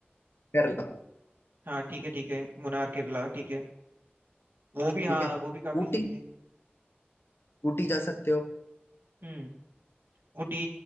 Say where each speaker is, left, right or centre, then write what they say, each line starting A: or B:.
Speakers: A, on the left; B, on the right.
A: केरला
B: हाँ ठीक है ठीक है मुनार केरला ठीक है वो भी हाँ
A: ठीक है
B: वो भी काफी
A: ऊटी
B: सही है
A: ऊटी जा सकते हो
B: हम्म ऊटी